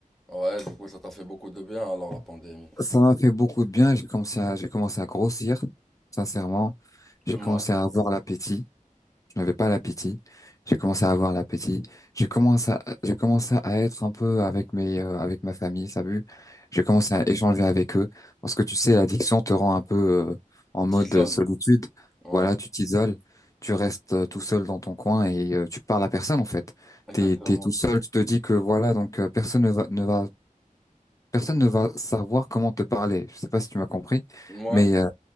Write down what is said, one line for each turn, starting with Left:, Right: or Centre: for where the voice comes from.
Centre: Ouais, du coup, ça t'a fait beaucoup de bien, alors, la pandémie.
Left: Ça m'a fait beaucoup de bien. J'ai commencé à, j'ai commencé à grossir, sincèrement. J'ai
Centre: Ouais.
Left: commencé à avoir l'appétit. Je n'avais pas l'appétit. J'ai commencé à avoir l'appétit. J'ai commencé à, j'ai commencé à être un peu avec mes, euh, avec ma famille, t'as vu? J'ai commencé à échanger avec eux. Parce que tu sais, l'addiction te rend un peu, euh, en mode
Centre: T'isoles.
Left: solitude.
Centre: Ouais,
Left: Voilà, tu t'isoles. Tu restes euh, tout seul dans ton coin et euh, tu parles à personne, en fait.
Centre: exactement.
Left: T'es, t'es tout seul. Tu te dis que voilà, donc, euh, personne ne va, ne va Personne ne va savoir comment te parler. Je sais pas si tu m'as compris,
Centre: Ouais.
Left: mais euh,